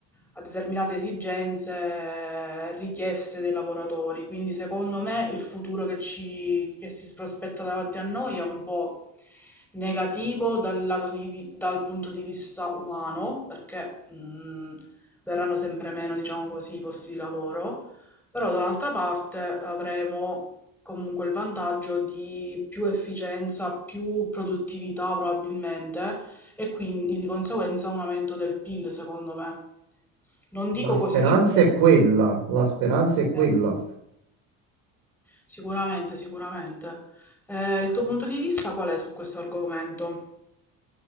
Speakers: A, in the centre; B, on the right.
A: a determinate esigenze, richieste dei lavoratori. Quindi secondo me il futuro che ci, che si prospetta davanti a noi è un po' Negativo dal lato di vi- dal punto di vista umano, perché mh, verranno sempre meno, diciamo così, i posti di lavoro, però dall'altra parte avremo comunque il vantaggio di più efficienza, più produttività probabilmente e quindi di conseguenza un aumento del PIL, secondo me. Non dico
B: La speranza
A: così di botto.
B: è quella, la speranza è quella.
A: eh. Sicuramente, sicuramente. Eh, il tuo punto di vista qual è su questo argomento?